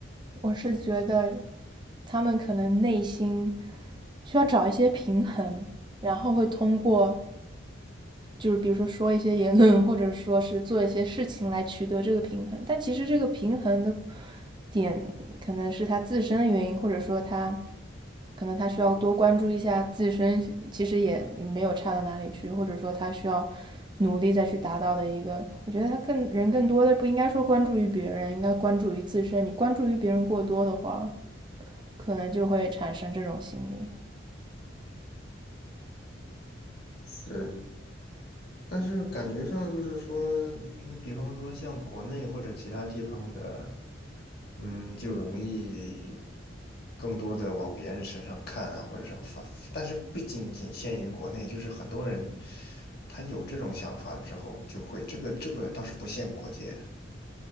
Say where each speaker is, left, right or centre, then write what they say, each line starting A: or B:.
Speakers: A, on the right; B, on the left.
A: 我是觉得他们可能内心需要找一些平衡，然后会通过。就是比如说说一些言论，或者说是做一些事情来取得这个平衡。但其实这个平衡的点可能是他自身的原因，或者说他可能他需要多关注一下自身，其实也没有差到哪里去，或者说他需要努力再去达到的一个。我觉得他更人更多的不应该说关注于别人，应该关注于自身。你关注于别人过多的话，可能就会产生这种心理。
B: 是，但是感觉上就是说，你比方说像国内或者其他地方的，嗯，就容易更多的往别人身上看啊，或者什么反，但是不仅仅限于国内，就是很多人他有这种想法了之后，就会这个这个倒是不限国界。